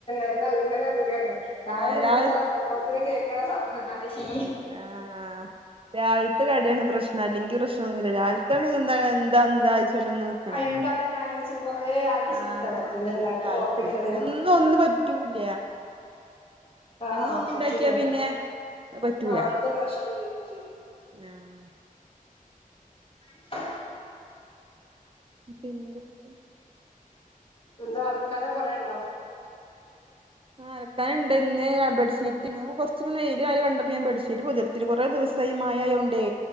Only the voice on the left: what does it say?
എന്താ ഇങ്ങനെതില്ലണ്ട് രാവിലെ
നീച്ച <unintelligible> കേൾക്ണ സൗണ്ട് ഇതാണ് ച്ചീ
ആഹ് എന്താണെന്ന് ആലോചിച്ച് കൊറേ ആലോചിച്ചിരിക്കണം
ഇന്ന് ഇണ്ടാക്കി
ഒറപ്പിക്കണെങ്കി
ആഹ്
ആഹ്
പറ്റില്ല
ആഹ് ഇന്ന് ദോശയാണ് കഴിക്കും ചെയ്യും
<unintelligible>
എന്താ അലക്കാന് കൊറേണ്ടോ?